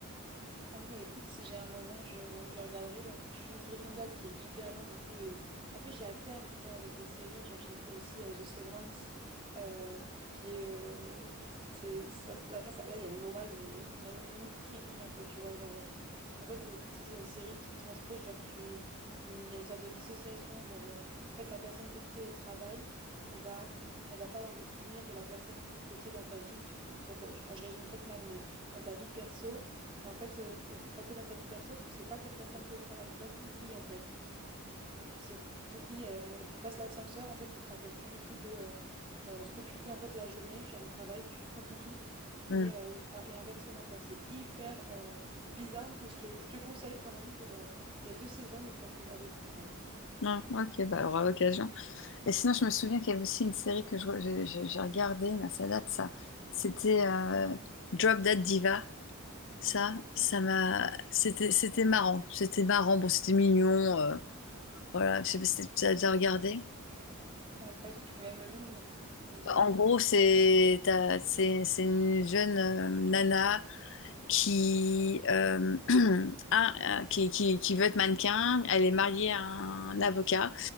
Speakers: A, on the right; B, on the left.
A: Oh bah écoute, si j'ai un moment, je, je regarderai. Là, il faut que je finisse Breaking Bad, qui est hyper long du coup. Et en plus, j'alterne, tu vois, avec des séries. Genre, j'ai fait aussi euh, The Severance, euh, qui est... euh, c'est, ça, là, ça- là, il y a une morale, mais même limite creepy un peu, tu vois. Genre, euh, En fait, euh, tu sais, c'est une série qui te transpose, genre tu, il y a une sorte de dissociation, genre euh, en fait la personne que tu es au travail, et bah elle va pas avoir de souvenir de la personne que tu es dans ta vie, tu, dans ta- je, bon, je résume peut-être mal, mais dans ta vie perso, et en fait euh, donc, quand tu es dans ta vie perso, tu sais pas quelle personne t'es au travail, tu vois, t'oublies en fait. Tu, tu sais, tu oublies, euh, tu passes l'ascenseur, en fait, tu te rappelles plus du tout de euh, euh, ce que tu fais en fait la journée, genre au travail, tu t'oublies tout.
B: Hmm.
A: Et, euh, bah, et inversement, quoi. C'est hyper euh, bizarre, mais je te, je te conseille quand même pour. euh, Il y a deux saisons, donc ça se regarde vite quand même.
B: Non, ok, bah, on aura l'occasion. Et sinon, je me souviens qu'il y avait aussi une série que je, re- je- je- j'ai regardée, mais ça date, ça. C'était euh, Drop Dead Diva. Ça, ça m'a... C'était, c'était marrant. C'était marrant. Bon, c'était mignon. euh, voilà, je sais pas si tu as déjà regardé.
A: Euh, pas du tout, même le nom me, me dit rien
B: En
A: du
B: gros,
A: tout.
B: c'est t'as- c'est c'est une jeune euh, nana qui, euh, <clears throat> a- a- qui, qui, qui veut être mannequin. Elle est mariée à un avocat